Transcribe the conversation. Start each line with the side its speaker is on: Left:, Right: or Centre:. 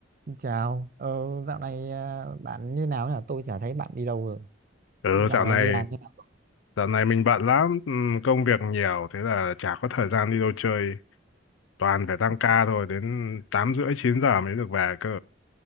Right: Xin Chào, ờ, dạo này à, bạn như nào nhỉ? Tôi chả thấy bạn đi đâu rồi.
Left: Ừ,
Right: Dạo
Left: dạo
Right: này
Left: này
Right: đi làm như nào?
Left: dạo này mình bận lắm, ừm, công việc nhiều thế là chả có thời gian đi đâu chơi, toàn phải tăng
Right: Bận
Left: ca thôi, đến tám rưỡi chín giờ mới được về cơ.